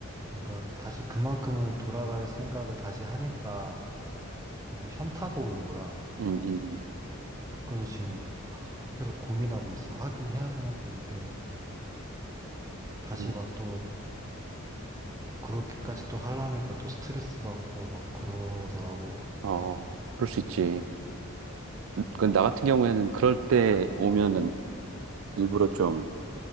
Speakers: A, on the right; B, on the right.
A: 그러니까 다시 그만큼을 돌아갈 생각을 다시 하니까 너무 현타가 오는 거야.
B: 음, 음,
A: 그래서 지금 하, 계속 고민하고 있어. 하긴 해야 되는데 이게 다시
B: 음.
A: 막 또 그렇게까지 또 하려니까 또 스트레스 받고 막 그러더라고.
B: 어, 그럴 수 있지. 그 나 같은 경우에는 그럴 때 오면은 일부러 좀